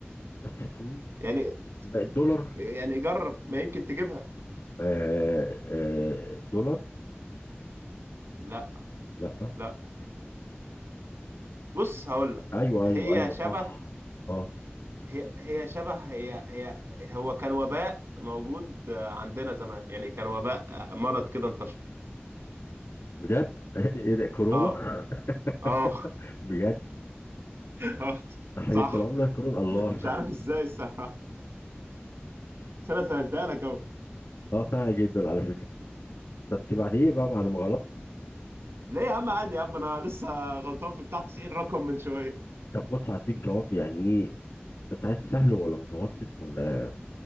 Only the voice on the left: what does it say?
بس السويد
بقت دولار
آه، آه، دولار
لا
مم.
ايوه
ايوه ايوه
صح اه
بجد <laughs> ايه ده كورونا
<laughs>
بجد
تحريف
بالعمله كورونا الله
<laughs>
اه سهل جدا على فكره بس بعد ايه بقى بعد ما غلطت
طب بص هديك جواب يعني ايه انت عايز سهل ولا متوسط ولا